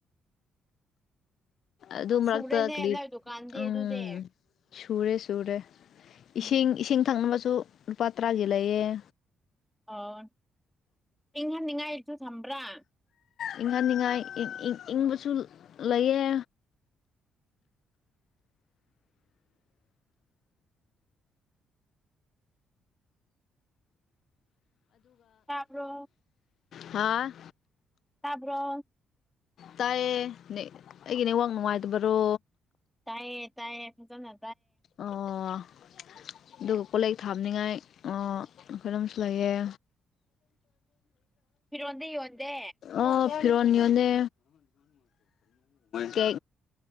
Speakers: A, on the left (about 65°); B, in the centre.
A: ꯑꯗꯨ ꯃꯔꯛꯇ
B: ꯁꯨꯔꯦꯅꯦ
A: ꯀ
B: ꯅꯣꯏ ꯗꯨꯀꯥꯟꯗꯤ
A: ꯎꯝ
B: ꯑꯗꯨꯗꯤ
A: ꯁꯨꯔꯦ ꯁꯨꯔꯦ ꯏꯁꯤꯡ
B: ꯎꯝ
A: ꯏꯁꯤꯡ ꯊꯛꯅꯕꯁꯨ ꯂꯨꯄꯥ ꯇꯔꯥꯒꯤ ꯂꯩꯌꯦꯦ
B: ꯑꯣ ꯏꯪꯍꯟꯅꯤꯡꯉꯥꯏꯁꯨ ꯊꯝꯕ꯭ꯔꯥ
A: ꯏꯪꯍꯟꯅꯤꯡꯉꯥꯏ ꯏꯪꯕꯁꯨ ꯂꯩꯌꯦ
B: ꯇꯞ꯭ꯔꯣ
A: ꯍꯥꯥ
B: ꯇꯄꯔꯣ
A: ꯇꯥꯏꯌꯦ ꯑꯩꯒꯤꯅꯦꯋꯥꯛ ꯅꯨꯡꯉꯥꯏꯇꯕꯔꯣ
B: ꯇꯥꯏꯌꯦ ꯇꯥꯏꯌꯦ ꯅ
A: ꯑꯣ ꯑꯗꯨꯒ ꯀꯣꯂꯦꯛ ꯊꯥꯕꯅꯤꯡꯉꯥꯏ ꯀꯣꯏꯩꯅ ꯑꯃꯁꯝꯁꯨ ꯂꯩꯑꯦ
B: ꯐꯤꯔꯣꯟꯗꯤ ꯌꯣꯟꯗꯦ
A: ꯎꯝ ꯐꯤꯔꯣꯟ ꯌꯣꯜꯂꯦ ꯀ